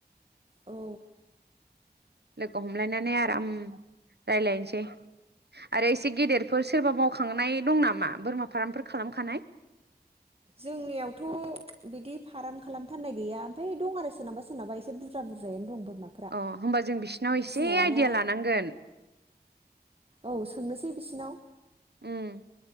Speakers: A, on the right; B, on the right.
A: औ।
B: लोगो हम। हमलायनानै आराम रायज्लायनोसै। आरो एसे गेदेरफोर सोरबा मावखांनाय दं नामा बोरमा फार्मफोर खालामखानाय।
A: जोंनियावथ बिदिलि फार्म खालामथारनाय गैया ओमफफ्राय दं आरो सोरनाबा सोरनाबा एसे बुरजा बुरजायानो दं। बोरमाफोरा
B: अ होमबा जों बिसिनाव एसे
A: फिनायानो
B: आइडिया लानांगोन।
A: औ सोंनोसै बिसिनाव।
B: उम।